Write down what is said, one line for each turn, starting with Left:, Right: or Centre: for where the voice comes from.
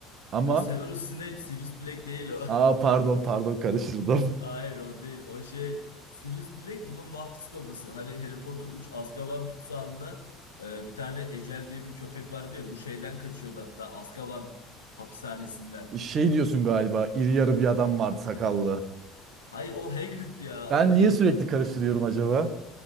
Right: Ama
Left: O Severus Snape, Sirius Black değil o.
Right: aa
Left: <laughs>
Right: pardon pardon karıştırdım.
Left: Hayır o değil. O şey Sirius Black bunun vaftiz babası. Hani Harry Potter 3 Azkaban tutsağında e, bir tane Ecel diye bir köpek vardı ya bu şeyden kaçıyordu hatta Azkaban hapishanesinden.
Right: Şey diyorsun galiba iri yarı bir adam vardı sakallı.
Left: Hayır o Hagrid ya
Right: Ben
Left: o değil.
Right: niye sürekli karıştırıyorum acaba?